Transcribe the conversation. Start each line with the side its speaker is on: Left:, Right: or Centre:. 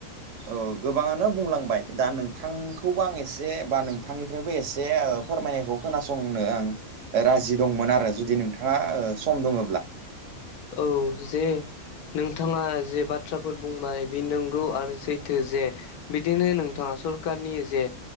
Right: औ गोबाङानो बुंलांबाय दा नोंथांखौबो आं एसे बा नोंथांनिफ्रायबो एसे ओ फोरमायनायखौ खोनासंनो आं राजि दंमोन आरो जुदि नोंथाङा सम दङोब्ला।
Left: औ जे नोंथाङा जे बाथ्राफोर बुंबाय बे नों गौ आरो सैथो जे बिदिनो नोंथाङा सरखारनि जे